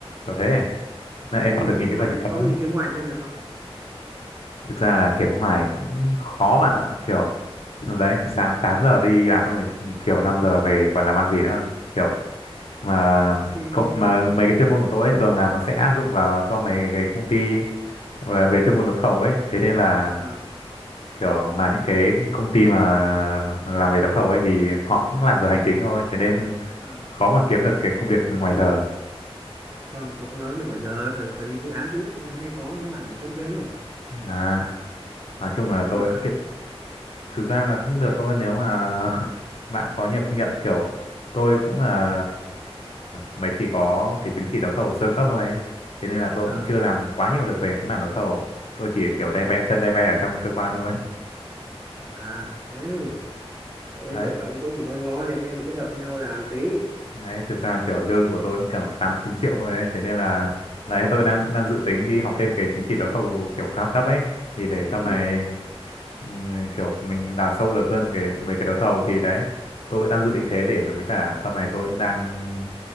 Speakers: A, on the left; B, on the right.
A: kiểu thế Này,
B: Có
A: còn
B: gì
A: được
B: hấp dẫn
A: nghỉ thứ
B: hơn
A: bảy chủ
B: à?
A: nhật
B: Có
A: nữa
B: cái gì kiếm ngoài thêm được không?
A: thực ra là kiếm ngoài cũng khó bạn ạ kiểu
B: Dạ.
A: đấy sáng 8 giờ đi làm xong rồi chiều 5 giờ về còn làm ăn gì nữa kiểu mà
B: Thì,
A: cộng- mà mấy cái chuyên môn của tôi ấy, thường là nó sẽ áp dụng vào cho mấy cái công ty về, về chuyên môn đấu thầu ấy thế nên là
B: à,
A: kiểu mà những cái công ty mà làm về đấu thầu ấy thì họ cũng làm giờ hành chính thôi thế nên
B: à.
A: <laughs> khó mà kiếm được cái công việc ngoài giờ
B: Không, tôi không nói việc ngoài giờ, bởi, bởi vì dự án thì ít hay có cái mảng thêm thêm ấy.
A: à, nói chung là
B: Không
A: tôi
B: được à?
A: thực ra là cũng được thôi nếu mà <laughs> bạn có nhiều kinh nghiệm kiểu tôi cũng là mới chỉ có cái chứng chỉ đấu thầu sơ cấp thôi ấy. thế nên là tôi
B: à,
A: cũng chưa làm quá nhiều được về cái mảng đấu thầu tôi chỉ kiểu le
B: à,
A: ve chân le ve ở trong cơ quan thôi
B: à à, thế thì tôi
A: đấy
B: tưởng là ông chỗ gì ngon ngon này anh em mình kết hợp nhau làm tí
A: đấy thực ra kiểu lương của tôi cũng cả tám chín triệu thôi ấy. thế nên là đấy tôi đang đang dự tính đi học thêm cái chứng chỉ đấu thầu kiểu cao cấp ấy thì để sau
B: ừ.
A: này ừm, kiểu mình đào sâu được hơn về cái về cái đấu thầu thì đấy tôi đang dự định thế để với cả sau này tôi đang